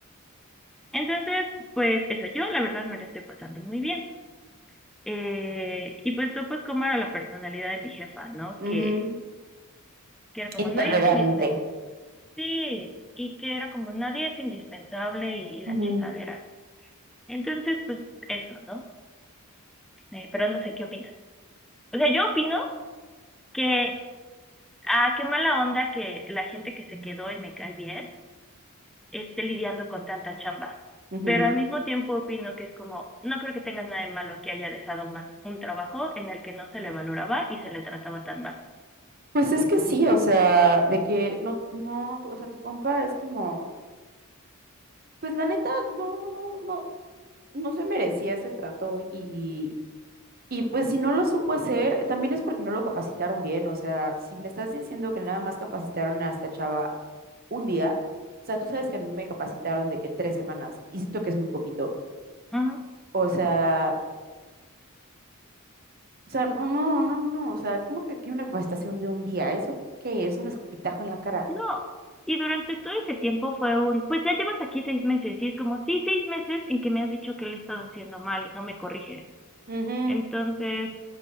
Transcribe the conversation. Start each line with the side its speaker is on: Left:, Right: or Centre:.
Centre: Entonces, pues eso, yo la verdad me lo estoy pasando muy bien. Eh, y pues tú, pues, cómo era la personalidad de mi jefa, ¿no?
Right: ujú,
Centre: Que, que era como,
Right: Intolerante.
Centre: nadie es indispensable Sí, y que era como nadie es indispensable y, y la
Right: ujú,
Centre: chingadera. Entonces, pues eso, ¿no? Eh, pero no sé qué opinas. O sea, yo opino que, ah, qué mala onda que la gente que se quedó y me cae bien esté lidiando con tanta chamba.
Right: ujú.
Centre: Pero al mismo tiempo opino que es como, no creo que tenga nada de malo que haya dejado mal un trabajo en el que no se le valoraba y se le trataba tan mal.
Right: Pues es que sí, o sea, de que no, no, tú- o sea, tu compa es como, pues la neta, no, no, no, no se merecía ese trato y, y pues si no lo supo hacer, también es porque no lo capacitaron bien, o sea, si me estás diciendo que nada más capacitaron a esta chava un día, o sea, tú sabes que a mí me capacitaron de que tres semanas y siento que es muy poquito,
Centre: Ujú, ujú.
Right: o sea... O sea, no, no, no, no, o sea, ¿cómo que aquí una capacitación de un día? ¿Eso qué es? Un escupitajo en la cara.
Centre: No, y durante todo ese tiempo fue un, pues ya llevas aquí seis meses, y es como, sí, seis meses en que me has dicho que lo he estado haciendo mal y no me corriges.
Right: Ujú,
Centre: Entonces,